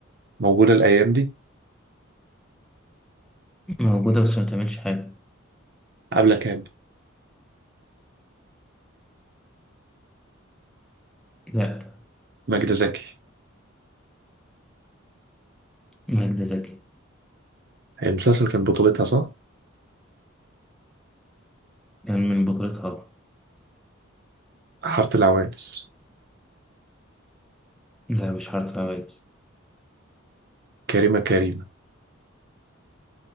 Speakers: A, on the right (about 50°); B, in the centre.
A: موجودة الأيام دي
B: موجودة بس ما تعملش حاجة
A: عبلة كامل
B: لا
A: ماجدة زكي
B: ماجدة زكي
A: المسلسل كان بطولتها صح؟
B: كان من بطولتها
A: حارة العوانس
B: لا مش حارة عوايز
A: كريمة كريمة